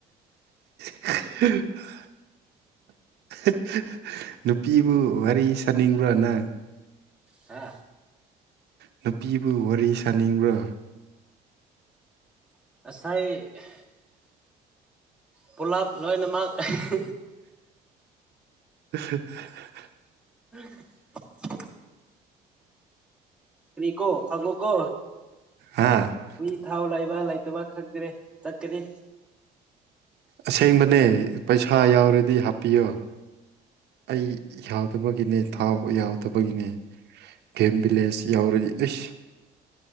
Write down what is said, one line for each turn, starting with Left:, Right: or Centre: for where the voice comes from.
Right: <unintelligible> ꯅꯨꯄꯤꯕꯨ ꯋꯥꯔꯤ ꯁꯥꯅꯤꯡꯕ꯭ꯔꯥ ꯅꯪ
Centre: ꯍꯥ
Right: ꯅꯨꯄꯤꯕꯨ ꯋꯥꯔꯤ ꯁꯥꯅꯤꯡꯕ꯭ꯔꯣ
Centre: ꯑꯁꯥꯏ ꯑꯦ ꯄꯣꯂꯥꯞ ꯂꯣꯏꯅꯃꯥꯛ ꯑꯍꯦꯍꯦ
Right: ꯢ ꯍꯥ ꯍꯥꯍꯥꯍꯥ
Centre: <unintelligible> ꯀꯅꯤꯀꯣ ꯈꯪꯉꯣꯀꯣ
Right: ꯍꯥ
Centre: ꯃꯤ ꯊꯥꯎ ꯂꯩꯕ ꯂꯩꯇꯕ ꯈꯪꯇ꯭ꯔꯦ ꯆꯠꯀꯅꯤ
Right: ꯑꯁꯦꯡꯕꯅꯦ ꯄꯩꯁꯥ ꯌꯥꯎꯔꯗꯤ ꯍꯥꯞꯄꯤꯌꯣ ꯑꯩ ꯌꯥꯎꯗꯕꯒꯤꯅꯦ ꯊꯥꯎ ꯌꯥꯎꯗꯕꯒꯤꯅꯦ ꯒꯦꯝ ꯕꯤ꯭ꯂꯦꯁ ꯌꯧꯔꯗꯤ ꯑꯩꯁ